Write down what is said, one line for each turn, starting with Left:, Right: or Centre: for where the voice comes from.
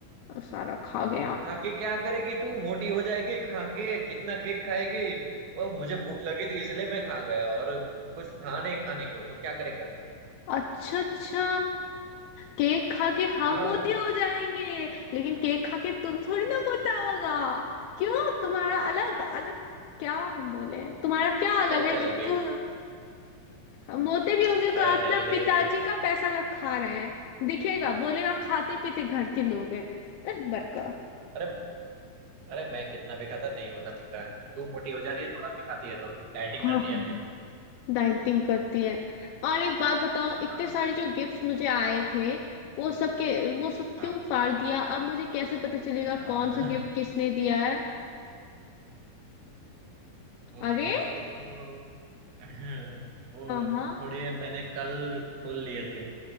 Left: और सारा खा गया
Right: खा के क्या करेगी तू मोटी हो जाएगी खा के कितना केक खाएगी वो मुझे भूख लगी थी इसलिए मैं खा गया और कुछ था नहीं खाने को तो क्या करेगा
Left: अच्छा अच्छा केक खा के हम
Right: हाँ
Left: मोटे हो जाएंगे लेकिन केक खा के तुम थोड़ी ना मोटा होगा क्यों तुम्हारा अलग अलग क्या हम बोले तुम्हारा क्या अलग
Right: चल
Left: है
Right: चल
Left: जो
Right: अभी
Left: तू हम मोटे भी होंगे
Right: अरे
Left: तो अपना
Right: नहीं नहीं
Left: पिताजी का पैसा का खा रहे हैं दिखेगा बोलेगा खाते पीते घर के लोग हैं अह, बड़का
Right: अरे अरे मैं कितना भी खाता नहीं होता मोटा तू मोटी हो जाती है थोड़ा भी खाती है तो डाइटिंग
Left: हाँ
Right: करती है फिर
Left: डाइटिंग करती है और एक बात बताओ
Right: हाँ
Left: इतने सारे जो गिफ्ट्स मुझे आए थे वो सब के वो सब
Right: हाँ
Left: क्यों फाड़ दिया अब मुझे कैसे पता चलेगा
Right: हाँ,
Left: कौन सा गिफ्ट किसने दिया है
Right: वो
Left: अरे
Right: गिफ्ट तो <laughs> वो
Left: हाँ
Right: थोड़े मैंने कल खोल लिए थे